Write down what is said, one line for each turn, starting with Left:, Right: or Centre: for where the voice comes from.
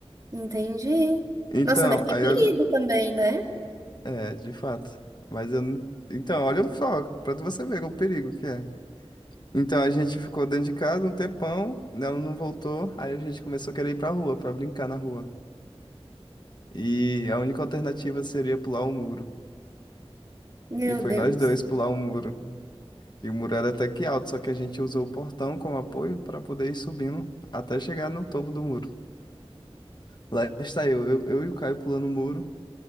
Right: entendi.
Left: Então,
Right: Nossa, mas que
Left: aí
Right: perigo
Left: olha,
Right: também, né?
Left: é, de fato. Mas eu não. Então, olha o foco, pra você ver o perigo que é. Então a gente ficou dentro de casa um tempão, né, ela não voltou, aí a gente começou a querer ir pra rua, pra brincar na rua. E a única alternativa seria pular um muro.
Right: Meu
Left: E foi
Right: Deus.
Left: nós dois pular um muro. E o muro era até que alto, só que a gente usou o portão como apoio para poder ir subindo até chegar no topo do muro. Lá está eu, eu, eu e o Caio pulando o muro,